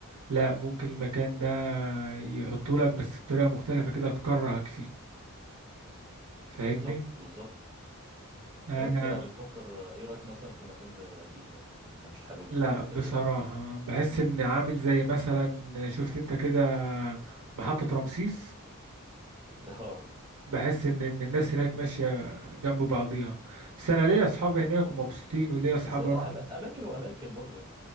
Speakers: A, on the right; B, on the right.
A: لا ممكن المكان ده يحطه لك بس بطريقة مختلفة كده تكرهك فيه فاهمني
B: بالظبط بالظبط
A: انا
B: طب أنت بتفكر إيه رأيك مثلا في مكان زي أمريكا مش حابب تروح
A: لا
B: مكان
A: بصراحة
B: زي ده؟
A: بحس ان عامل زي مثلا شفت انت كده محطة رمسيس
B: <laughs>
A: بحس ان إن الناس هناك ماشية جنب بعضيها بس انا ليا اصحاب هناك ومبسوطين وليا اصحاب
B: بس هي
A: اروح
B: أما- اماكن واماكن برضه يعني